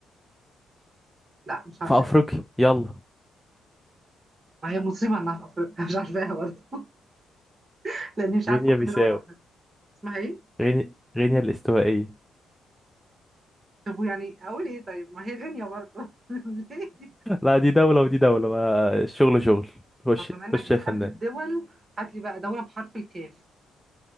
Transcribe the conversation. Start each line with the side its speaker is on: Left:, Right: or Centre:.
Right: لا مش
Centre: في
Right: عارفاها
Centre: افريقيا يلا
Right: ما هي مصيبة إنها في أفريقيا <laughs> مش عارفاها برضه <laughs> لأني مش عارفة
Centre: غينيا
Right: كل
Centre: بيساو
Right: دول أفريقيا اسمها ايه؟
Centre: غينيا غينيا الاستوائيه
Right: طب ويعني أقول ايه طيب ما هي غينيا برضه <laughs> ليه؟
Centre: لا دي دولة ودي دولة ما الشغل شغل خش
Right: طب بما إنك
Centre: خش
Right: بتحب
Centre: يا فنان
Right: الدول هات لي بقى دولة بحرف الكاف